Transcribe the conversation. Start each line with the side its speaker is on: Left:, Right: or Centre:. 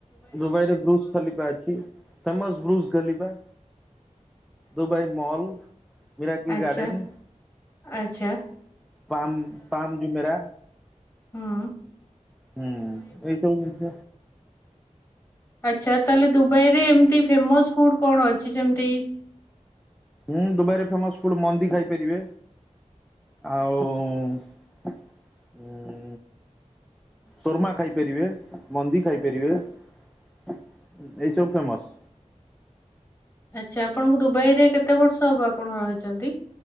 Centre: ଦୁବାଇରେ ବ୍ରୁଜ୍ ଖଲିଫା ଅଛି, ତମସ ବ୍ରୁଜ୍ ଖଲିଫା। ଦୁବାଇ ମହଲ୍, ମୀରାକି
Left: ଆଚ୍ଛା
Centre: ଗାର୍ଡେନ୍।
Left: ଆଚ୍ଛା।
Centre: ପାାମ ପାାମ ଯୁମେରା।
Left: ହଁ।
Centre: ହୁଁ ଏଇ ସବୁ ଜିନିଷ।
Left: ଆଚ୍ଛା ତାହେଲେ ଦୁବାଇ ରେ ଏମିତି ଫେମସ୍ ଫୁଡ୍ କଣ ଅଛି? ସେମତି
Centre: ହୁଁ ଦୁବାଇରେ ଫେମସ୍ ଫୁଡ଼୍ ମନ୍ଦି ଖାଇପାରିବେ, ଆଉ ଉଁ, ଉଁ ଶୋର୍ମା ଖାଇପାରିବେ, ମନ୍ଦି ଖାଇପାରିବେ ଏଇ ସବୁ ଫେମସ୍।
Left: ଆଚ୍ଛା ଆପଣଙ୍କୁ ଦୁବାଇ ରେ କେତେ ବର୍ଷ ହବ ଆପଣ ରହିଚନ୍ତି?